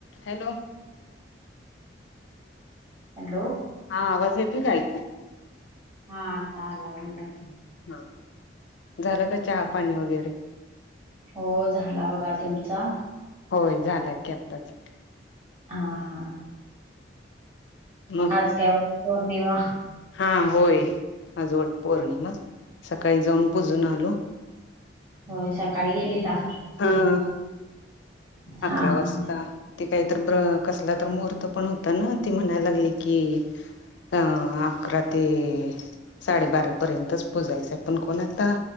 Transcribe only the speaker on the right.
Hello.
हा आता आला, बोला की.
हो झाला बघा. तुमचा?
हा-हा.
आज काय उप पौर्णिमा?
व्हय. सकाळी गेलेला.
हा
हा